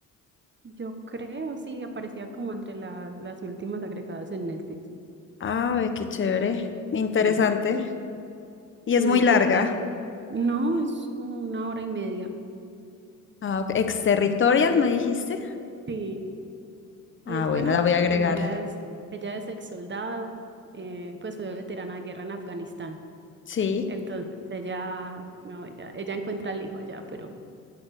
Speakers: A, on the right (about 35°); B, on the left (about 35°).
A: Yo creo, sí, aparecía como entre las, las últimas agregadas en Netflix.
B: Ah, ve qué chévere.
A: Ujú.
B: Interesante.
A: Sí,
B: Y es
A: sí,
B: muy larga.
A: como ya. No, es como una hora y media.
B: Ah, ok. Exterritorial, me dijiste.
A: Sí, y
B: Ah,
A: es
B: bueno,
A: buena
B: la
A: porque
B: voy a agregar.
A: como ella es, ella es ex soldado, eh, pues fue veterana de guerra en Afganistán.
B: Sí,
A: Entonces ella, no, ella, ella encuentra al hijo allá, pero,